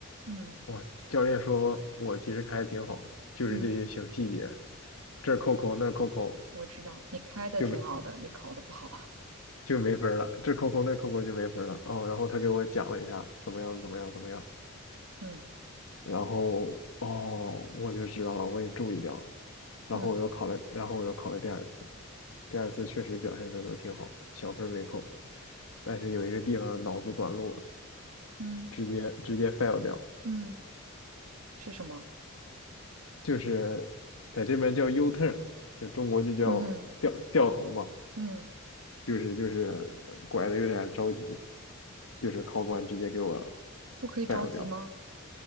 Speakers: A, on the right; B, on the left.
A: 嗯
B: 哇，教练说我其实开的挺好的，就是这些小细节，
A: 嗯。
B: 这儿扣扣那儿扣扣。
A: 我知道你开的挺好的，
B: 就
A: 你考的不好。
B: 就没分儿了，这扣扣那扣扣就没分儿了哦。然后他给我讲了一下怎么样怎么样怎么样，
A: 嗯
B: 然后哦我就知道了，我也注意掉了。然后我又考了，
A: 嗯
B: 然后我又考了第二次，第二次确实表现的都挺好，小分儿没扣，但是有一个地方脑子短路了，
A: 嗯
B: 直接直接 fail 掉，
A: 嗯，是什么？
B: 就是在这边叫 U turn，就中国就叫掉掉头嘛，
A: 嗯哼嗯，
B: 就是就是呃拐的有点着急，就是考官直接给我
A: 不可以着急吗？
B: fail 掉。